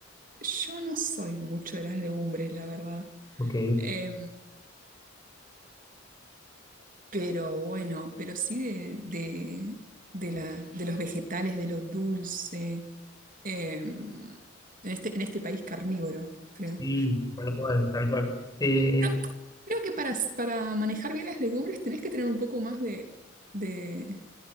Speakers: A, on the right (about 40°); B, on the left (about 20°).
A: yo no soy mucho de las legumbres, la verdad.
B: Ok.
A: Eh, pero bueno, pero sí de, de, de la- de los vegetales, de lo dulce. Eh, en este, en este país carnívoro, creo.
B: Sí, tal cual, tal cual. Eh,
A: Pero creo que para, para manejar bien las legumbres tenés que tener un poco más de, de,